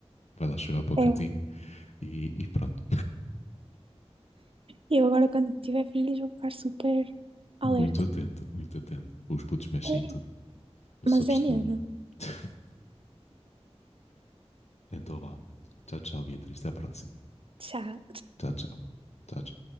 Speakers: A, on the left (about 80°); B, on the right (about 55°).
A: Vai lá chorar para o
B: É,
A: cantinho e, e pronto.
B: eu agora quando tiver filhos vou ficar super alerta.
A: Muito atento, muito atento. Os putos mexem
B: É,
A: em tudo. Eu sou
B: mas
A: testemunha.
B: é mesmo.
A: <laughs> Então vá. Tchau, tchau, Beatriz. Até à próxima.
B: Tchau.
A: Tchau, tchau. Tchau, tchau.